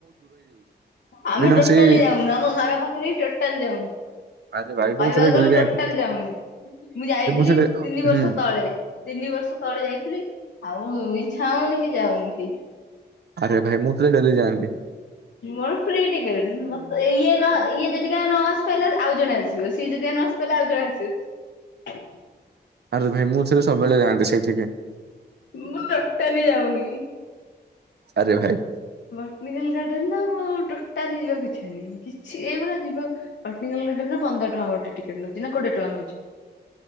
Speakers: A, on the left; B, on the right.
A: ଆମେ
B: ମିନିମମ୍
A: ଟୋଟାଲି
B: ସେଇ
A: ଯାଉନୁ ଆମ ଘର ପାଖରେ ହିଁ ଟୋଟାଲ ଯାଉନୁ
B: ଆରେ ଭାଇ ମୁଁ
A: କହିବାକୁ
B: ଥିଲେ
A: ଗଲେ
B: ଡେଲି ଯାଆନ୍ତି।
A: ଟୋଟାଲ ଯାଉନି ମୁଁ ଯାଇଥିଲି
B: ସେଠି
A: ତିନି ବର୍ଷ
B: ହୁଁ
A: ତଳେ ତିନି ବର୍ଷ ତଳେ ଯାଇଥିଲି। ଆଉ ଇଛା ହଉନି କି ଯାଉନି କି
B: ଆରେ ଭାଇ ମୁଁ ଥିଲେ ଡେଲି ଯାଆନ୍ତି।
A: ମୋର ପ୍ରି ଟିକେ ଅ ମତେ ଇଏ ନ ଇଏ ଯଦିା ନ ଆସି ପାରେ ଆଉ ଜଣେ ଆସିବ ସିଏ ଯଦ ନ ଆସି ପାରଲେ ଆଉ ଜଣେ ଆସିବେ।
B: ଆରେ ଭାଇ ମୁଁଥିରେ ସବୁବେଳେ ଯାଆନ୍ତି ସେଇଠିକି
A: ମୁଁ ଟୋଟାଲି ଯାଉନି।
B: ଆରେ ଭାଇ
A: ବଟାନିକାଲ ଗାର୍ଡେନ ନା ମୁଁ ଆ ଟୋଟାଲି ଯିବାକୁ ଇଛା ନାହିଁ କିଛି ଏଇଭଳି ଯିବ। ପଟଣିକଟ ପନ୍ଦଟ କେତେ ଟଙ୍କା ଗୋଟେ ଟିକେଟ୍ ନଉଛି ନା କୋଡିଏ ଟଙ୍କା ନଉଛି।